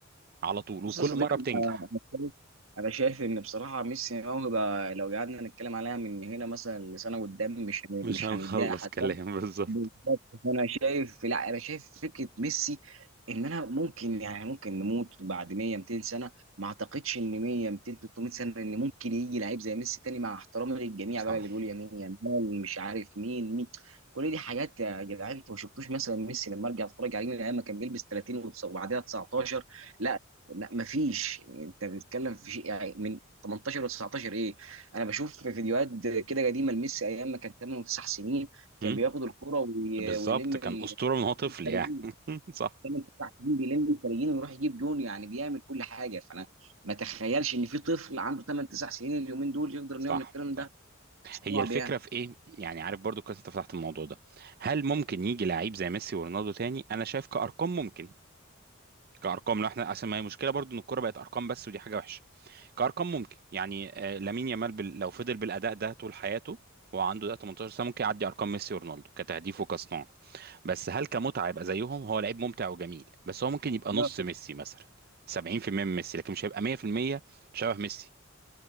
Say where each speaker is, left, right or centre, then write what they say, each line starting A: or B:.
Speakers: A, on the right; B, on the right.
A: على طول
B: بص
A: وكل
B: يا صديقي
A: مره بتنجح
B: انا أنا شايف أنا شايف ان بصراحة ميسي موهبة لو قعدنا نتكلم عليها من هنا مثلا لسنة قدام مش هن-
A: مش
B: مش
A: هنخلص
B: هنديها حد
A: كلام <laughs> بالظبط
B: بالظبط فانا شايف لا انا شايف فكره ميسي ان انا ممكن يعني ممكن نموت بعد 100 200 سنه ما اعتقدش ان 100 200 300 سنه ان ممكن يجي لعيب زي ميسي تاني مع احترامي للجميع
A: صح
B: بقى اللي بيقول يمين يمين مش عارف مين مين كل دي حاجات يا جدعان انتوا ما شفتوش مثلا ميسي لما ارجع اتفرج عليه من ايام ما كان بيلبس 30 وتس- وبعدها 19
A: صح
B: لا لا ما فيش انت بتتكلم في شيء يعني من 18 و19 ايه انا بشوف في فيديوهات كده قديمه لميسي ايام ما كان 8 و9 سنين كان
A: مم.
B: بياخد الكرة وي-
A: بالظبط
B: ويلم ال-
A: كان أسطورة من هو طفل
B: الخارجين
A: يعني <laughs> صح
B: كان الدفاع الحكيمي بيلم الخارجين ويروح يجيب جون يعني بيعمل كل حاجه فانا ما اتخيلش ان في طفل عنده 8 9 سنين اليومين دول يقدر انه
A: صح
B: يعمل الكلام
A: صح
B: ده صعب
A: هي الفكرة
B: يعني
A: في إيه؟ يعني عارف برضو كويس أنت فتحت الموضوع ده هل ممكن يجي لعيب زي ميسي ورونالدو تاني؟ أنا شايف كأرقام ممكن كأرقام لو احنا أصل ما هي مشكلة برضو إن الكورة بقت أرقام بس ودي حاجة وحشة كأرقام ممكن يعني آه، لامين يامال بال... لو فضل بالأداء ده طول حياته وعنده ده 18 سنة ممكن يعدي أرقام ميسي ورونالدو كتهديف وكصناعة بس هل كمتعة يبقى زيهم هو لعيب ممتع وجميل بس هو ممكن يبقى
B: لا
A: نص ميسي مثلا 70% من ميسي لكن مش هيبقى 100% شبه ميسي